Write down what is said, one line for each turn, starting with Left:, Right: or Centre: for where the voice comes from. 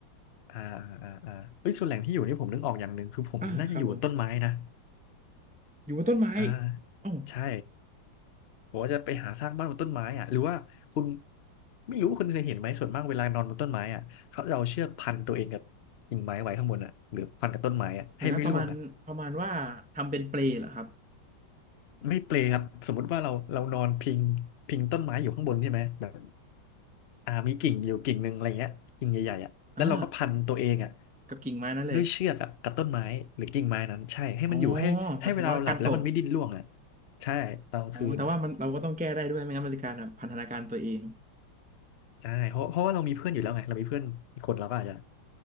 Left: อ่าอ่าอ่าเฮ้ยส่วนแหล่งที่อยู่นี่ผมนึกออกอย่างหนึ่งคือผมน่าจะอยู่บนต้นไม้นะ
Centre: อ่าครับผมอยู่บนต้นไม้
Left: อ่า
Centre: เอ้า
Left: ใช่ บอกว่าจะไปหาสร้างบ้านบนต้นไม้อ่ะหรือว่าคุณไม่รู้ว่าคุณเคยเห็นไหมส่วนมากเวลานอนบนต้นไม้อ่ะเขาจะเอาเชือกพันตัวเองกับกิ่งไม้ไว้ข้างบนอ่ะหรือพันกับต้นไม้อ่ะให้ไม่ร่วงอ่ะ
Centre: เดี๋ยวนะประมาณประมาณว่าทำเป็นเปลเหรอครับ
Left: ไม่เปลครับสมมุติว่าเราเรานอนพิงพิงต้นไม้อยู่ข้างบนใช่ไหมแบบอ่ามีกิ่งอยู่กิ่งหนึ่งอะไรเงี้ยกิ่งใหญ่ๆอ่ะแล้วเราก็พันตัวเองอ่ะ
Centre: อ่ากับกิ่งไม้นั่นเลย
Left: ด้วยเชือกอ่ะกับต้นไม้หรือกิ่งไม้นั้นใช่ให้มันอยู่ให้ให้เวลาเราหลับแล้วมันไม่ดิ้นร่วงอ่ะ
Centre: อ๋อหมายถึงว่าการตก
Left: ใช่ตอนกลางคืน
Centre: อ๋อแต่ว่ามันเราก็ต้องแก้ได้ด้วยไม่งั้นมันจะการแบบพันธนาการตัวเอง
Left: ใช่เพราะเพราะว่าเรามีเพื่อนอยู่แล้วไงเรามีเพื่อนอีกคนเราก็อาจจะ